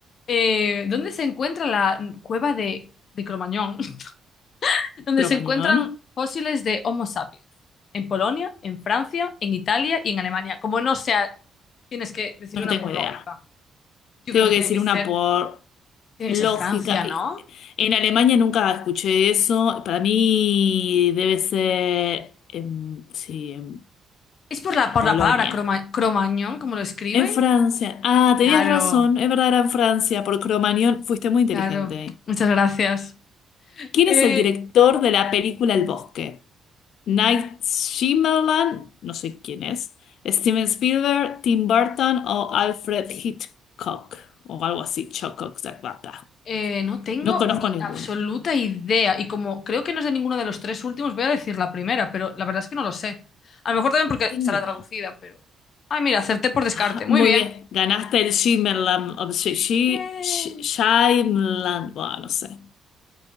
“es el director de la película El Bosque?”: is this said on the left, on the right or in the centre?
Left